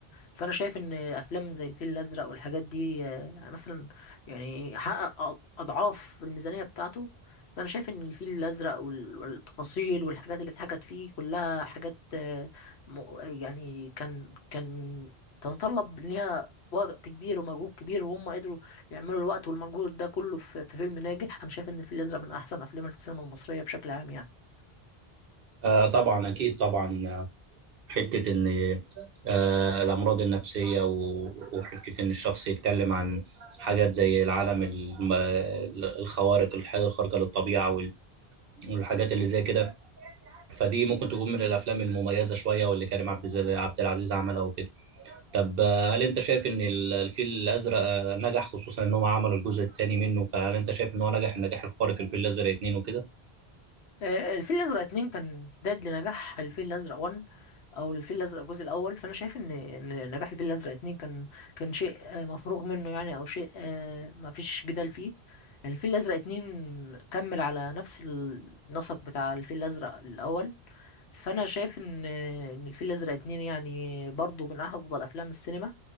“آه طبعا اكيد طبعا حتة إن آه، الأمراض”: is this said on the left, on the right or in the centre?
Right